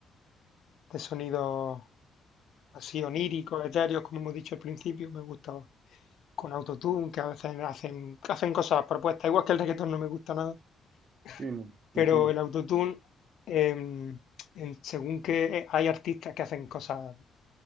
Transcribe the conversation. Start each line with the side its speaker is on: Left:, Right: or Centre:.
Left: de sonidos así oníricos, etéreos, como hemos dicho al principio, me gusta con autotune, que a veces hacen, hacen cosas propuestas, igual que el reggaetón no me gusta nada, <laughs>
Right: sí, no, coincido.
Left: pero el autotune, em, en- según que hay artistas que hacen cosas